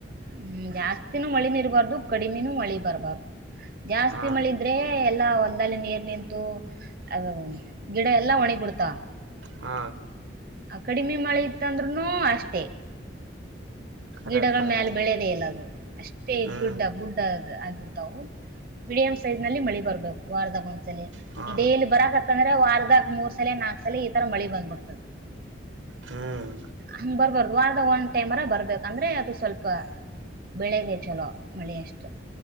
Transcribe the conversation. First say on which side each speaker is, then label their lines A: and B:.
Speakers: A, on the right (about 50°); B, on the right (about 85°).
A: ಹ್ಮ್ ಜಾಸ್ತಿನೂ ಮಳಿನ ಇರ್ಬಾರ್ದು ಕಡಿಮಿನೂ ಮಳಿ ಬರ್ಬ ಜಾಸ್ತಿ
B: ಹಾ
A: ಮಳಿದ್ರೆ ಎಲ್ಲಾ ಹೊಲ್ದಲ್ಲಿ ನೀರ್ ನಿಂತು ಅ ಗಿಡ ಎಲ್ಲಾ ಒಣಗ ಬಿಡ್ತ
B: ಹಾ
A: ಆ ಕಡಿಮೆ ಮಳೆ ಇತ್ತಂದ್ರುನು ಅಷ್ಟೇ
B: ಕರಕಮ್ಮ
A: ಗಿಡಗಳ ಮ್ಯಾಲ ಬೆಳೆಯದೇ ಇಲ್ಲ ಅದು ಅಷ್ಟೇ
B: ಹ್ಮ್
A: ಬುಡ್ಡ ಬುಡ್ಡ ಆಗ್ಬಿಡ್ತವು ಮೀಡಿಯಂ ಸೈಜ್ ನಲ್ಲಿ ಮಳಿ ಬರ್ಬೇಕು ವಾರದಾಗ ಒಂದ್ಸಲ
B: ಹಾ
A: ಡೇಲಿ ಬರಕತ ವಾರದಾಗ ಮೂರ್ ಸಲ ನಾಕ ಸಲ ಈ ತರ ಮಳಿ ಬಂದ್ಬಿಡ್ತದೆ
B: ಹ್ಮ್
A: ಹಂಗ ಬರ್ಬಾರ್ದ ವಾರದ ಒಂದ್ ಟೈಮ್ರ ಬರ್ಬೇಕು ಅಂದ್ರೆ ಅದು ಸ್ವಲ್ಪ ಬೆಳೆಗೆ ಚಲೋ ಮಳೆಯಷ್ಟು